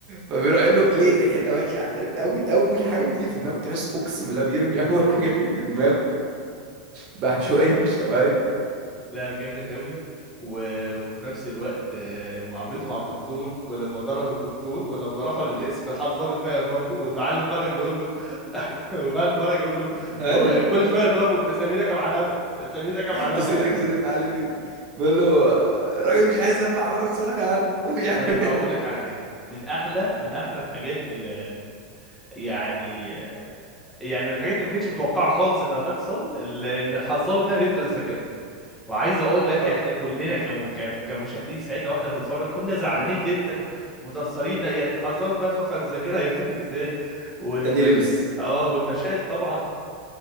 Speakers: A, on the right; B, in the centre.
A: فبيروح قال له ليه ريحتها وحشه عارف اول اول حاجه بتيجي في دماغه تحس اقسم بالله بيرمي اول حاجه تيجي في دماغه بعشوائية مش طبيعية
B: لا جامد قوي و- وفي نفس الوقت آه، معاملته مع الدكتور ولما ضرب الدكتور ولما راحوا للقسم راح الضابط ماهر برضه والمعلم فرج يقول له <laughs> والمعلم فرج يقول له
A: <laughs>
B: هو كل شويه يضربه تسلم ايدك يا معلمه تسلم ايدك يا معلمه
A: تسليم لك سيد
B: <laughs>
A: المعلمين بيقول له الراجل مش عايز يسبح بره الصالة خيانة <laughs> مش عارف
B: طيب اقول لك على حاجه من احلى من احلى الحاجات اللي يعني يعني من الحاجات اللي ما كانتش متوقعه خالص انها تحصل ال- ان الضابط ماهر يفقد الذاكره وعايز اقول لك
A: اه
B: احنا
A: طب.
B: كلنا كم- كم- كمشاهدين ساعتها واحنا بنتفرج كنا زعلانين جدا متأثرين يعني حذرت ما فقد الذاكرة هيفتكر ازاي والمشاهد
A: التاني لبس
B: اه والمشاهد طبعا